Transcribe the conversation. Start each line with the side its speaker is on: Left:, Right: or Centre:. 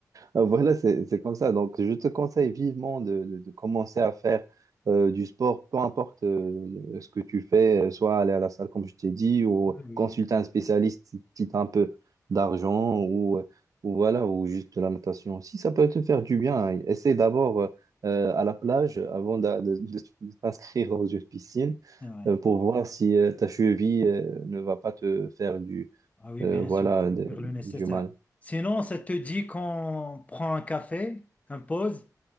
Right: Euh, Voilà, c'est c'est comme ça. Donc, je te conseille vivement de, de- de commencer à faire euh, du sport, peu importe euh, ce que tu fais, euh, soit aller à la salle, comme je t'ai dit, ou
Left: Oui, oui,
Right: consulter
Left: oui,
Right: un spécialiste si tu as un peu d'argent, ou, euh, ou voilà, ou juste de la natation aussi. Ça peut te faire du bien. hein. Essaie d'abord euh, euh, à la plage euh, avant d'a- de, de- de t'inscrire dans une piscine
Left: c'est vrai.
Right: euh, pour voir si euh, ta cheville euh, ne va pas te faire du,
Left: Ah oui,
Right: euh,
Left: bien
Right: voilà,
Left: sûr, je
Right: de-
Left: vais faire le nécessaire.
Right: du mal.
Left: Sinon, ça te dit qu'on prend un café, un pause,